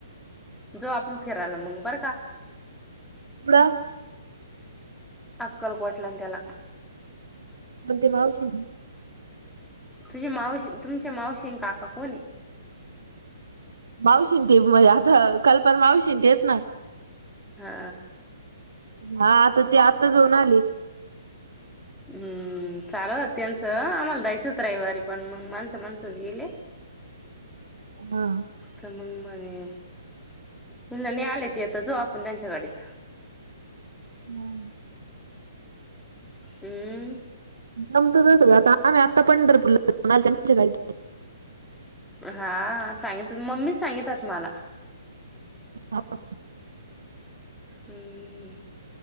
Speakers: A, in the centre; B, on the right.
A: जो आपण फिरायला मंग बरं का.
B: पुडा
A: अक्कलकोटला अन् त्याला.
B: पण ती मावशी
A: तुझ्या मावशी, तुमच्या मावशी अन् काका कोणय.
B: मावशीं ते म्ह आता कल्पण मावशी तेच ना.
A: हा.
B: हा, आता ते आत्ता जाऊन आली.
A: हम्म, चाल त्यांचं आम्हाला जायचं होतं रविवारी पण मग माणसं माणसच गेले. <inaudible>
B: हा.
A: त मग म्हणे, तुला लय आले त आता जाऊ आपण त्यांच्या गाडीत.
B: हं
A: हम्म
B: जमत कसं ग आम्ही आता पंढरपूरला <unintelligible>
A: हा, सांगित मम्मी सांगित्यात मला.
B: ह <unintelligible>
A: हम्म,